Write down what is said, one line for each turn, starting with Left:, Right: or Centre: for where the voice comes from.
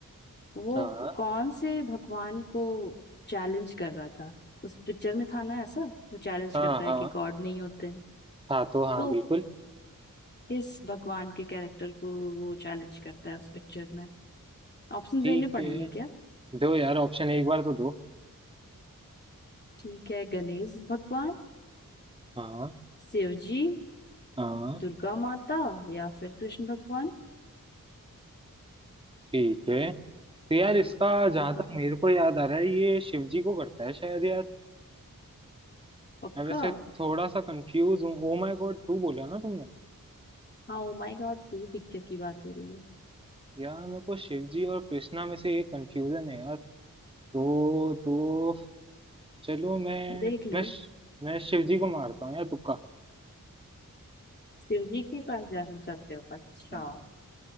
Left: वो
Right: हाँ
Left: कौन से भगवान को चैलेंज कर रहा था उस पिक्चर में था ना ऐसा वो चैलेंज
Right: हाँ
Left: करता है
Right: हाँ
Left: कि गॉड नहीं होते हैं
Right: हाँ तो हाँ
Left: तो
Right: बिल्कुल
Left: किस भगवान के कैरेक्टर को वो चैलेंज करता है उस पिक्चर में ऑप्शन
Right: ठीक
Left: देने पड़ेंगे
Right: है
Left: क्या
Right: दो यार ऑप्शन एक बार तो दो
Left: ठीक है गणेश भगवान
Right: हाँ
Left: शिव जी
Right: हाँ
Left: दुर्गा माता या फिर कृष्ण भगवान
Right: ठीक है तो यार इसका जहां
Left: बता
Right: तक मेरे को याद आ रहा है ये शिव जी को करता है शायद यार
Left: पक्का
Right: मैं वैसे थोड़ा सा कंफ्यूज हूँ ओ माय गॉड टू बोला ना तुमने
Left: हाँ ओ माय गॉड टू पिक्चर की बात हो रही है
Right: यार मेरे को शिव जी और कृष्णा में से एक कंफ्यूजन है यार तो तो चलो मैं
Left: देख लो
Right: मैं मैं शिव जी को मारता हूँ यार तुक्का
Left: शिव जी के पास जाना चाहते हो अच्छा
Right: मारता हूँ।